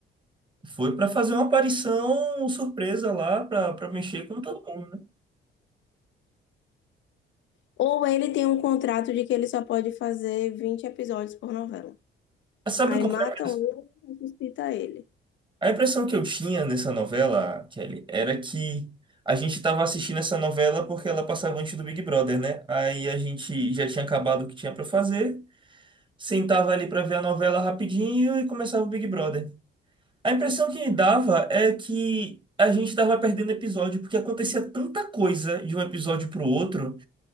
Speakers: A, on the right (about 25°); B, on the left (about 70°).
A: Foi pra fazer uma aparição surpresa lá, pra pra mexer com todo mundo, né?
B: Ou ele tem um contrato de que ele só pode fazer 20 episódios por novela.
A: Mas Sabe
B: Aí
A: qual
B: matam
A: foi a impressão?
B: ele e ressuscita ele.
A: A impressão que eu tinha nessa novela, Kelly, era que a gente tava assistindo essa novela porque ela passava antes do Big Brother, né? Aí a gente já tinha acabado o que tinha pra fazer, sentava ali pra ver a novela rapidinho e começava o Big Brother. A impressão que me dava é que a gente tava perdendo episódio, porque acontecia tanta coisa de um episódio pro outro,